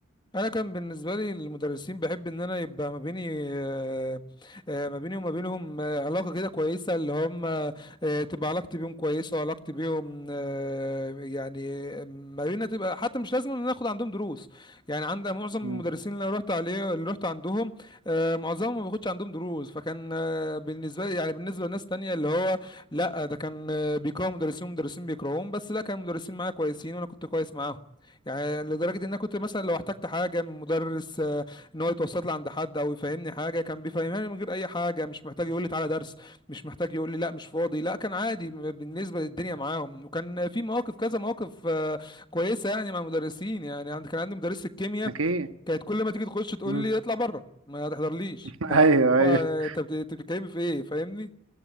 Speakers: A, on the left (about 20°); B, on the right (about 85°).
A: انا كان بالنسبه لي المدرسين بحب ان انا يبقى ما بيني آه، آه، ما بيني وما بينهم آه، علاقه كده كويسه اللي هم آه، تبقى علاقتي بيهم كويسه وعلاقتي بيهم آه، يعني ما بينا تبقى حتى مش لازم ان أنا اخد عندهم دروس يعني عند معظم المدرسين
B: مم.
A: اللي أنا رحت عليه اللي رحت عندهم آه، معظمهم ما باخدش عندهم دروس فكان آه، بالنسبه لي يعني بالنسبه لناس تانية اللي هو لا ده كان آه، بيكرهوا مدرسين ومدرسين بيكرهوهم بس لا كان المدرسين معايا كويسين وانا كنت كويس معاهم يعني لدرجة ان انا كنت مثلا لو احتجت حاجة من مدرس آه، ان هو يتوسط لي عند حد او يفهمني حاجة كان بيفهمها لي من غير اي حاجة مش محتاج يقول لي تعالى درس مش محتاج يقول لي لا مش فاضي لا كان عادي م- بالنسبة للدنيا معاهم وكان في مواقف كذا مواقف آه، كويسة يعني مع المدرسين يعني عند كان عندي مدرسة الكيمياء
B: اكيد
A: كانت كل ما تيجي تخش تقول
B: مم.
A: لي اطلع بره ما تحضرليش
B: <laughs>
A: فقال
B: ايوه ايوه
A: هو انت بت- أنت بتتكلمي في ايه فاهمني